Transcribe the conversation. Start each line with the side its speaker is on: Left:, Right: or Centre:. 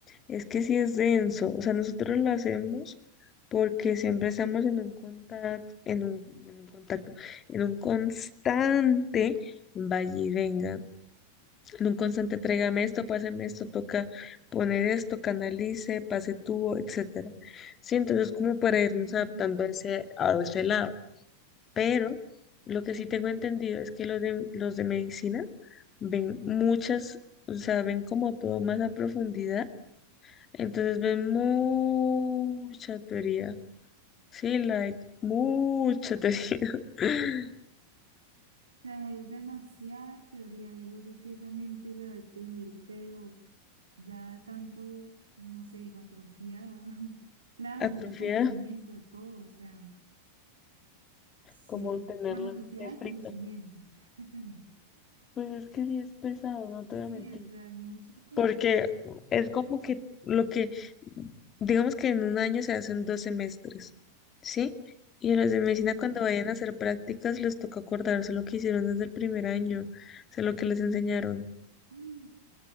Left: es que sí es denso, o sea, nosotros lo hacemos porque siempre estamos en un contacto, en un, en un contacto, en un constante vaya y venga, en un constante tráigame esto, páseme esto, toca poner esto, canalice, pase tubo, etcétera. Sí, entonces como para irnos
Right: Ujú.
Left: adaptando a ese, a ese lado, pero lo que sí tengo entendido es que los de, los de medicina ven muchas, o sea, ven como todo más a profundidad entonces ven mucha teoría. Sí, like, mucha teoría. <laughs>
Right: O sea, es demasiada teoría, digo yo que esa mente la debe tener, pero... ya de tanto, no sé, digo, atrofiada. <laughs> Claro, de
Left: Atrofiada,
Right: mucho conocimiento, de todo, o sea, sí.
Left: como tenerla
Right: Bueno, atrofiada
Left: de
Right: de
Left: frita.
Right: conocimiento. <laughs>
Left: Pues es que sí es pesado, no
Right: Sí,
Left: te voy a mentir.
Right: o sea, es mucha cosa.
Left: Porque es como que lo que, digamos que en un año se hacen dos semestres, ¿sí? Y los de medicina
Right: Sí,
Left: cuando
Right: sí.
Left: vayan a hacer prácticas les toca acordarse lo que hicieron desde el primer año, o sea, lo que les enseñaron.
Right: Uy.